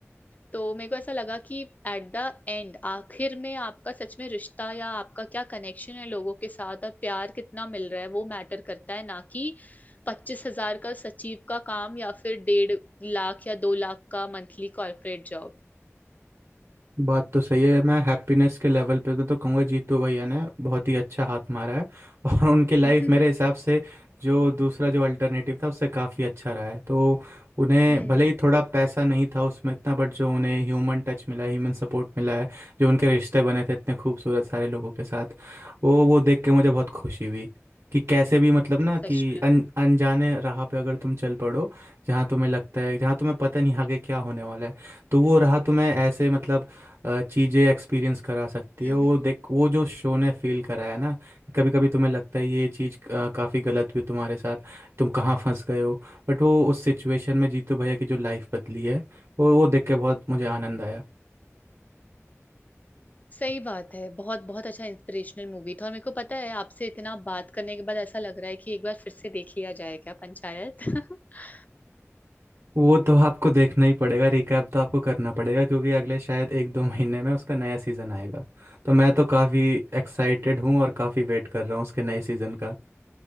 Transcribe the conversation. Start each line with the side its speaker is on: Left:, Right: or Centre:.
Left: तो मेरे को ऐसा लगा कि एट द एंड आखिर में आपका सच में रिश्ता या आपका क्या कनेक्शन है लोगों के साथ और प्यार कितना मिल रहा है वो मैटर करता है ना कि पच्चीस हजार का सचिव का काम या फिर डेढ़ लाख या दो लाख का मंथली कॉर्पोरेट जॉब
Right: बात तो सही है मैं हैप्पीनेस के लेवल पे तो, तो कहूँगा जीतू भैया ने बहुत ही अच्छा हाथ मारा है <laughs> और उनकी लाइफ
Left: <laughs>
Right: मेरे हिसाब से जो दूसरा जो अल्टरनेटिव था उससे काफ़ी अच्छा रहा है तो उन्हें
Left: हम्म
Right: भले ही थोड़ा पैसा नहीं था उसमें इतना बट जो उन्हें ह्यूमन टच मिला है ह्यूमन सपोर्ट मिला है जो उनके रिश्ते बने थे इतने खूबसूरत सारे लोगों के साथ वो वो देख के मुझे बहुत खुशी हुई कि कैसे भी मतलब ना कि
Left: सच
Right: अन अनजाने राह पे अगर तुम चल पड़ो जहाँ तुम्हें लगता है जहाँ तुम्हें पता नहीं आगे क्या होने वाला है तो वो राह तुम्हें ऐसे मतलब अ, चीज़ें एक्सपीरियंस करा सकती
Left: में
Right: है वो देख वो जो शो ने फील कराया ना कभी कभी तुम्हें लगता है ये चीज़ अ, काफ़ी गलत हुई तुम्हारे साथ तुम कहाँ फंस गए हो बट वो उस सिचुएशन में जीतू भैया की जो लाइफ बदली है वो वो देख के बहुत मुझे आनंद आया
Left: सही बात है बहुत बहुत अच्छा इंस्पिरेशनल मूवी था और मेरे को पता है आपसे इतना बात करने के बाद ऐसा लग रहा है कि एक बार फिर से देख लिया जाए क्या पंचायत <laughs>
Right: वो तो आपको देखना ही पड़ेगा रिकैप तो आपको करना पड़ेगा क्योंकि अगले शायद एक दो महीने में उसका नया सीज़न आएगा तो मैं तो काफ़ी एक्साइटेड हूँ और काफ़ी वेट कर रहा हूँ उसके नए सीज़न का